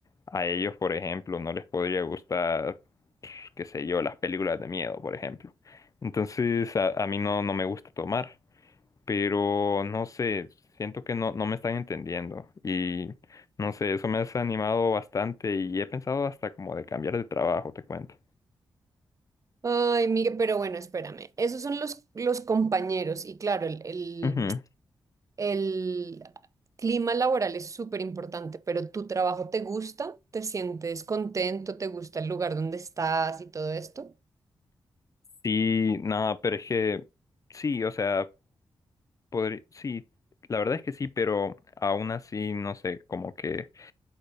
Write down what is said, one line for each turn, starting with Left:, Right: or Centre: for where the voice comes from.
Left: a ellos, por ejemplo, no les podría gustar, pues, qué sé yo, las películas de miedo, por ejemplo. Entonces, a, a mí no, no me gusta tomar, pero no sé, siento que no, no me están entendiendo y no sé, eso me ha desanimado bastante y he pensado hasta como de cambiar de trabajo, te cuento.
Right: Ay, Miguel, pero bueno, espérame. Esos son los, los compañeros y claro, el, el,
Left: Ujú.
Right: el clima laboral es súper importante, pero tu trabajo te gusta, te sientes contento, te gusta el lugar donde estás y todo esto.
Left: Sí, nada, pero es que sí, o sea. Podría, sí, la verdad es que sí, pero aún así, no sé, como que,